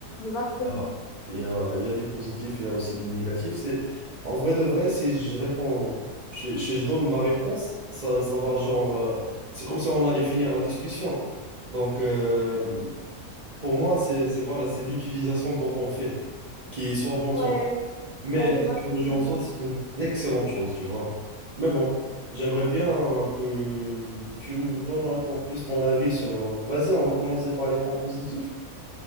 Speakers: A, on the left; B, on the right.
A: Exactement.
B: Euh, Il y a, il y a du positif, il y a aussi du négatif. C'est, en vrai de vrai, si je réponds, si, si je donne ma réponse, ça, ça va genre. euh, c'est comme si on allait finir la discussion. Donc, euh, pour moi, c'est, c'est, voilà, c'est l'utilisation dont on fait, qui est soit bon,
A: Ouais,
B: soit mais
A: ouais,
B: la
A: exactement.
B: technologie en soi, c'est une excellente chose, tu vois. Mais bon, j'aimerais bien que tu me donnes encore plus ton avis sur... euh, Vas-y, on va commencer par les points positifs.